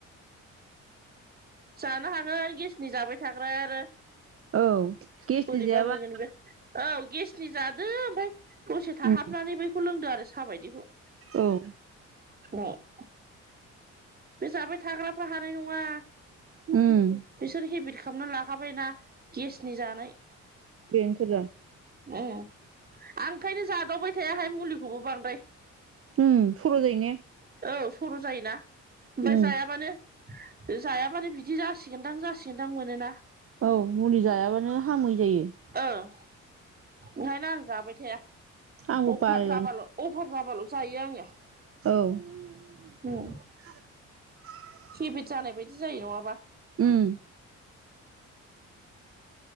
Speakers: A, on the right (about 30°); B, on the right (about 45°).
A: जानो हानो गेसनि जाबाय थाग्रा आरो
B: औ गेसनि
A: बोरैबा
B: जायाबा
A: मोनगोन बे औ गेसनि जादो ओमफफ्राय दसे थाहाबनानै
B: उम
A: बैखौ लोंदो आरो साहा बायदिखौ
B: औ
A: <inaudible> बे जाबाय थाग्राफ्रा हानाय नङा
B: उम
A: बिसोर हेबिट खालामना लाखाबायना गेसनि जानाय
B: बेनोथल
A: आं ओंखायनो जादावबाय थायाहाय मुलिखौबो बांद्राय
B: उ सर' जाय ने
A: औ सर' जायोना ओमफ्राय
B: उम
A: जायाबानो जायाबानो बिदि जासिगोनदां जासिगोनदां मोनोना
B: औ मुलि जायाबानो हामै जायो
A: ओं ओंखायनो आं जाबाय थाया
B: आंबो
A: अफार
B: बालायलाङो
A: जाबाल' अफार जाबाल' जायो आङो
B: औ
A: उम हेबिट जानाय बायदि जायो नङाबा
B: उम